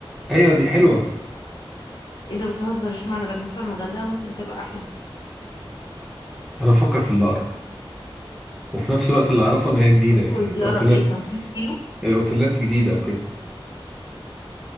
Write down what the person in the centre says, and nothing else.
أيوة دي حلوة
أنا بفكر في اللي أقرب وفي نفس الوقت اللي أعرفه إن هي جديدة يعني
الأوتيلات
الأوتيلات جديدة وكده